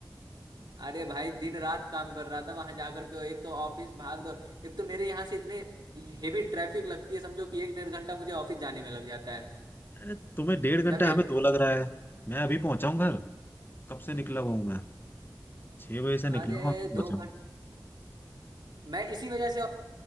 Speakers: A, on the right; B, on the left.
A: अरे भाई दिन रात काम कर रहा था वहां जाकर के एक तो ऑफिस भाग दौड़ एक तो मेरे यहाँ से इतने हेवी ट्रैफिक लगती है समझो कि एक डेढ़ घंटा मुझे ऑफिस जाने में लग जाता है
B: अरे तुम्हें डेढ़ घंटा
A: समझे
B: हमें दो लग रहा है मैं अभी पहुंचा हूँ घर कब से निकला हुआ हूँ मैं छह बजे से निकला
A: अरे
B: हूँ अभी पहुंचा
A: दो
B: हूँ
A: घंटे मैं इसी वजह से